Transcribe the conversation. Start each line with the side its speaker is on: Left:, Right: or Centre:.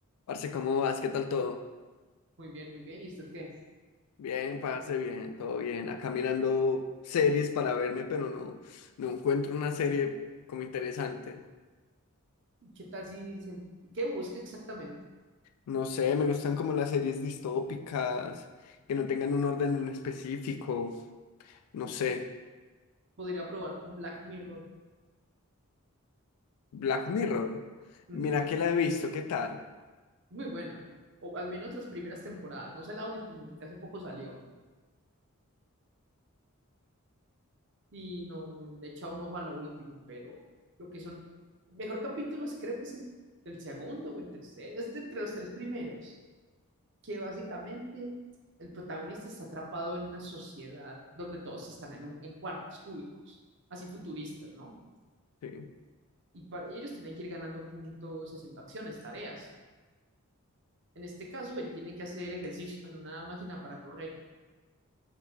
Left: Parce, ¿cómo vas? ¿Qué tal todo?
Right: Muy bien, muy bien. ¿Y usted qué?
Left: Bien, parce, bien, todo bien. Acá mirando series para verme, pero no, no encuentro una serie como interesante.
Right: ¿Qué tal si se... qué busca exactamente?
Left: No sé, me gustan como las series distópicas, que no tengan un orden en específico. No sé,
Right: Podría probar con Black Mirror.
Left: Black Mirror.
Right: Ujú,
Left: Mira que la he visto, ¿qué tal?
Right: Muy buena. O al menos las primeras temporadas. No sé la última, porque hace poco salió. Y no, no le he echado un ojo a lo último, pero lo que son. Mejor capítulo es, creo que es el, el segundo o el tercero. Es de entre los tres primeros. Que básicamente el protagonista está atrapado en una sociedad donde todos están en, un- en cuartos cúbicos. Así futuristas, ¿no?
Left: Sí,
Right: y, para, y ellos tienen que ir ganando puntos haciendo acciones, tareas. En este caso, él tiene que hacer ejercicio en una máquina para correr,